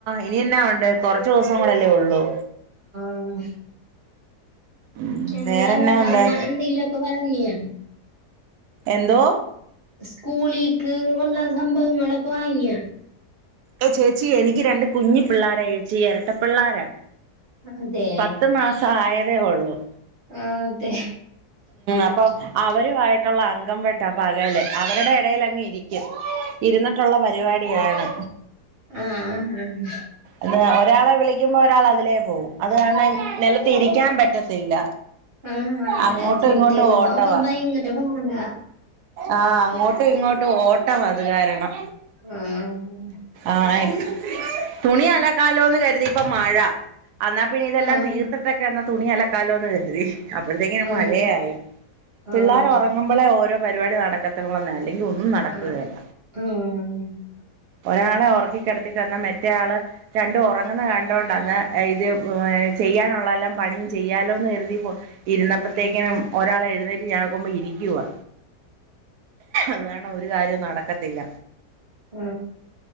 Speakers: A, on the right; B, on the right.
A: ഇനിന്നാ ഉണ്ട് കുറച്ച് ദിവസം കൂടെല്ലേ ഉള്ളൂ
B: ഉം
A: ഉം
B: എന്തയാ
A: വേറെന്നാ
B: വടാ
A: ഉണ്ട്
B: എന്തെങ്കിലുമൊക്കെ വാങ്ങിയാ
A: എന്തോ
B: സ്കൂളിക്ക് ഉള്ള സംഭവങ്ങളൊക്കെ വാങ്ങിയ
A: ഏ ചേച്ചി എനിക്ക് രണ്ട് കുഞ്ഞി പിള്ളോരാ ചേച്ചി ഇരട്ട പിള്ളാരാ
B: അതെ
A: പത്ത് മാസ ആയതേ ഉള്ളു
B: ആഹ് അതെ
A: അപ്പം അവരുമായിട്ടുള്ള അംഗം വെട്ട പകല് അവരുടെ ഇടൽ അങ്ങ് ഇരിക്കും ഇരുന്നിട്ടുള്ള പരിപാടിയാണ്
B: ആഹഹ
A: എ ഒരാളെ വിളിക്കുമ്പോ ഒരാൾ അതിലേ പോവും അത് കാര നിലത്തി ഇരിക്കാൻ പറ്റത്തില്ല
B: ആ
A: അങ്ങോട്ടും
B: അറ്റ
A: ഇങ്ങോട്ടും
B: കുട്ടിയെല്ലാം
A: ഓട്ടവാ
B: നോക്ക ഭയങ്കര പാട
A: ആഹ് അങ്ങോട്ടും ഇങ്ങോട്ടും ഓട്ടം അത് കാരണം
B: ആഹ്
A: ആയി തുണി അലക്കാലോന്ന് കരുതി ഇപ്പ മഴ എന്നാൽ പിന്നെ ഇതെല്ലാം
B: ആഹ്
A: തീർത്തിട്ടൊക്കെന്ന് തുണി അലക്കാലോന്ന് കരുതി അപ്പോഴത്തേക്കി
B: ആഹ്
A: മഴയായി പിള്ളേർ
B: ആഹ്
A: ഉറങ്ങുമ്പോളെ ഓരോ പരിപാടി നടക്കത്തിള്ളൂന്ന അല്ലെങ്കിൽ ഒന്നും നടക്കുകേല
B: ആഹ് ആഹ്
A: ഒരാളെ ഓർക്കിക്കിടത്തി തന്നാ മേ മറ്റ ആൾ രണ്ട് ഉറങ്ങുന്നത് കണ്ടുകൊണ്ടന്ന് ഇത് ചെയ്യാനുള്ളല്ലാം പണിയും ചെയ്യാലോ ലോന്ന് കരുതി പ്പോ ഇരുന്നപ്പോത്തേക്കിനും ഒരാളെ എഴുന്നേറ്റ് ഞാക്കുമ്പോ ഇരിക്കുവാ അത് വണം ഒരു കാര്യം നടക്കത്തില്ല
B: ആ